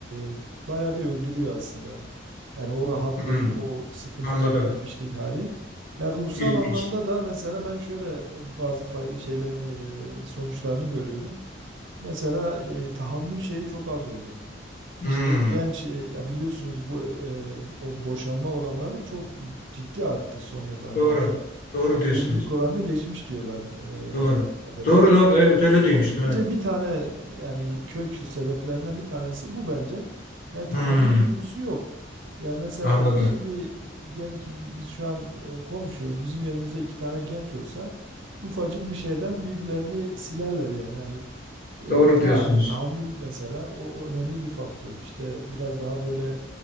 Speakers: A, on the right; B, on the left.
A: e, baya bir öldürüyor aslında. Yani o rahatlık,
B: Hı.
A: o sıkıntı
B: Anladım.
A: çekmemişlik hali. Ya ruhsal
B: İlginç.
A: anlamda da mesela ben şöyle e, bazı fay- şeylerini, e, sonuçlarını görüyorum. Mesela e, tahammül şeyi çok az oluyor.
B: Hı.
A: İşte genç, e, ya biliyorsunuz bu e, o boşanma oranları çok ciddi arttı son yıllarda.
B: Doğru.
A: Hani
B: Doğru
A: şu
B: diyorsunuz.
A: an evlilik oranını geçmiş diyorlar e,
B: Doğru.
A: bildiğim kadarıyla.
B: Doğru doğru evet öyle duymuştum
A: Onun
B: evet.
A: Bence bir tane yani kök sebeplerinden bir tanesi bu bence. Yani tahammül
B: Hı.
A: duygusu yok. Yani mesela
B: Anladım.
A: şimdi diyelim ki biz şu an e, konuşuyoruz. Bizim yerimizde iki tane genç olsa ufacık bir şeyden birbirlerini silerler yani. Yani e,
B: Doğru diyorsunuz.
A: ama hani tahammül mesela o, o önemli bir faktör. İşte biraz daha böyle